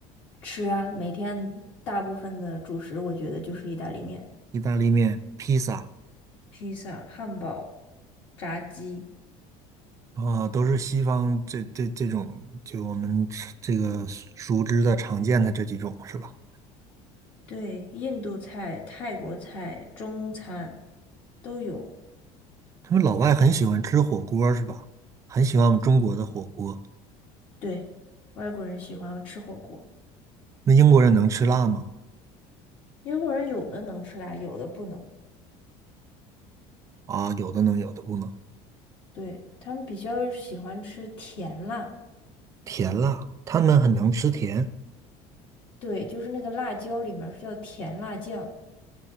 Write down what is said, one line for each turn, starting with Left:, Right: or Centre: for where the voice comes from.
Left: 吃啊，每天大部分的主食我觉得就是意大利面、
Right: 意大利面、披萨。
Left: 披萨、汉堡、炸鸡，
Right: 啊，都是西方这这这种，就我们吃这个熟知的、常见的这几种是吧？
Left: 对，印度菜、泰国菜、中餐都有。
Right: 他们老外很喜欢吃火锅是吧？很喜欢我们中国的火锅。
Left: 对，外国人喜欢吃火锅，
Right: 那英国人能吃辣吗？
Left: 英国人有的能吃辣，有的不能。
Right: 啊，有的能，有的不能。
Left: 对，他们比较喜欢吃甜辣，
Right: 甜辣，他们很能吃甜。
Left: 对，就是那个辣椒里面是叫甜辣酱。